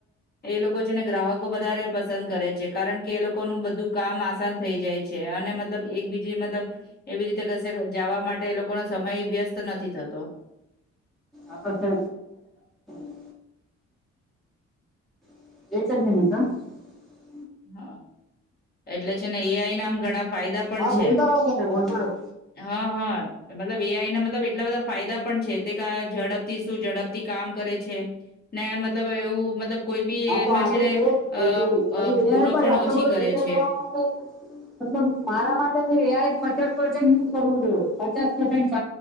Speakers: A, on the left; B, in the centre.
A: એ લોકો છે ને ગ્રાહક કો વધારે પસંદ કરે છે કારણ કે એ લોકોનું બધું કામ આસાન થઈ જાય છે અને મતલબ એકબીજ મતલબ એવી રીતે કશે જવા માટે એ લોકોનો સમય વ્યસ્ત નથી થતો.
B: આતો છે <unintelligible> <unintelligible>
A: હ એટલે છે ને એઆઈ નામ ઘણા ફાયદા પણ
B: હા
A: છે
B: બોલતા રહો તમે બોલતા રહો
A: હા હા મતલબ એઆઈ ના મતલબ એટલા બધા ફાયદા પણ છે તે કે ઝડપથી શું ઝડપથી કામ કરે છે ને મતલબ એવું મતલબ કોઈ બી
B: હા તો
A: એમાં
B: આ
A: છે
B: તો
A: ને
B: જ બધું
A: અ
B: પણ
A: અ
B: એઆઈ
A: ભૂલો
B: પર
A: પણ
B: આટલો
A: ઓછી
B: બધો ડિપેન્ડ
A: કરે છે
B: રહેવાનું કઈ મતલબ મારા માટે તો એઆઈ પચાસ <unintelligible> કરવું જોઈએ પચાસો પરસન્ટ